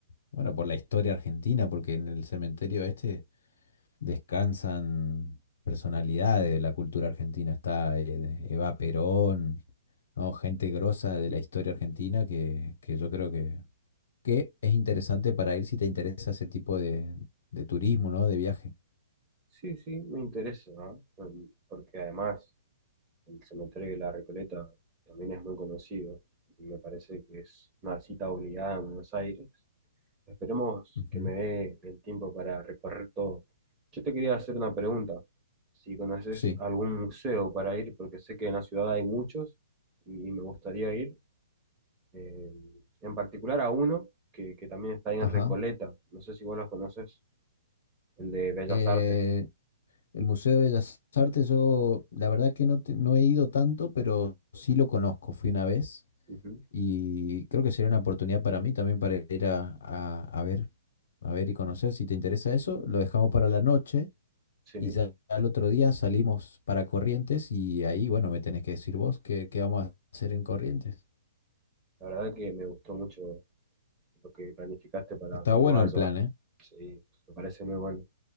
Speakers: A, on the left; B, on the right.
A: bueno, por la historia argentina, porque en el cementerio este descansan personalidades de la cultura argentina. Está eh, Eva Perón, ¿no? Gente grosa de la historia argentina que, que yo creo que, que es interesante para ir si te interesa ese tipo de, de turismo, ¿no? De viaje.
B: sí, sí, me interesa, ¿no? Mm, Porque además el cementerio de la Recoleta también es muy conocido y me parece que es una cita obligada en Buenos Aires. Esperemos
A: Ujú,
B: que me dé el tiempo para recorrer todo. Yo te quería hacer una pregunta. Si conoces
A: Sí.
B: algún museo para ir, porque sé que en la ciudad hay muchos y me gustaría ir, eh, en particular a uno que, que también está ahí en
A: Ajá.
B: Recoleta. No sé si vos los conoces, el de Bellas
A: Eh,
B: Artes.
A: El Museo de Bellas Artes, yo la verdad que no, te- no he ido tanto, pero sí lo conozco, fui una vez
B: Ujú,
A: y creo que sería una oportunidad para mí también para ir a, a- a ver, a ver y conocer. Si te interesa eso, lo dejamos para la noche
B: Sí,
A: y ya al otro día salimos para Corrientes y ahí, bueno, me tenés que decir vos qué, qué vamos a hacer en Corrientes.
B: la verdad que me gustó mucho lo que planificaste para
A: Está
B: cuando
A: bueno
B: vaya.
A: el plan, ¿eh?
B: Sí, me parece muy bueno.